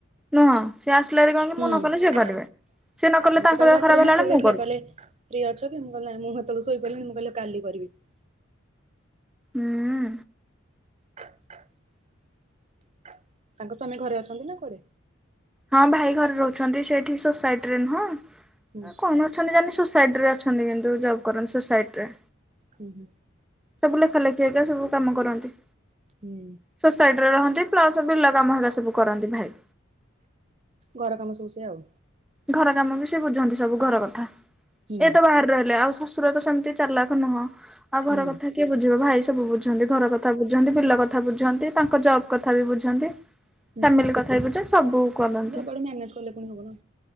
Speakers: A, in the centre; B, on the right.
A: ନୁହଁ ସେ ଆସିଲେରି କଣ କି
B: ହୁଁ।
A: ମୁଁ ନ କଲେ ସିଏ କରିବେ।
B: <unintelligible>
A: ସେ ନ କଲେ ତାଙ୍କ
B: ସେ କାଲି
A: ଦେହ
B: ରାତିରେ
A: ଖରାପ ହେଲା
B: ମେସେଜ୍‌
A: ବେଳେ ମୁଁ
B: କରିଥିଲେ
A: କରୁଛି
B: କହିଲେ ଫ୍ରି ଅଛ କି ମୁଁ କହିଲି ନାହିଁ, ମୁଁ ହେତେବେଳେକୁ ଶୋଇପଲିଣି ମୁଁ କହିଲି କାଲି କରିବି।
A: ଉଂମ
B: ତାଙ୍କ ସ୍ଵାମୀ ଘରେ ଅଛନ୍ତି ନା କୁଆଡେ?
A: ହଁ ଭାଇ ଘରେ ରହୁଛନ୍ତି। ସେ ଏଠି ସୋସାଇଟି ରେ ନୁହଁ
B: ହୁଁ
A: କଣ ଅଛନ୍ତି ଜେନ୍‌ ସୋସାଇଟି ରେ ଅଛନ୍ତି କିନ୍ତୁ ଜବ୍ କରନ୍ତି ସୋସାଇଟି ରେ।
B: ହୁଁ ହୁଁ
A: ସବୁ ଲେଖା ଲେଖି କ ସବୁ କାମ କରନ୍ତି।
B: ହୁଁ
A: ସୋସାଇଟି ରେ ରହନ୍ତି ପ୍ଲସ ବିଲ କାମ ହରକା ସବୁ କରନ୍ତି ଭାଇ।
B: ଘର କାମ ସବୁ ସେଆଉ।
A: ଘର କାମ ବି ସେ ବୁଝନ୍ତି ସବୁ ଘର କଥା।
B: ହୁଁ
A: ଏ ତ ବାହାରେ ରହିଲେ ଆଉ ଶସ୍ ଶଶୁର ତ ସେମତି ଚାଲାଖ୍ ନୁହଁ ଆଉ
B: ହୁଁ
A: ଘର କଥା କିଏ ବୁଝିବ ଭାଇ ସବୁ ବୁଝନ୍ତି। ଘର କଥା ବୁଝନ୍ତି। ବିଲ କଥା ବୁଝନ୍ତି ତାଙ୍କ ଜବ୍ କଥା ବି ବୁଝନ୍ତି।
B: <inaudible>
A: ଫ୍ୟାମିଲି କଥା ବି ବୁଝନ୍ତି। ସବୁ କରନ୍ତି।
B: ସବୁଆଡୁ ମ୍ୟାନେଜ କଲେ ପୁଣି ହବ ନା।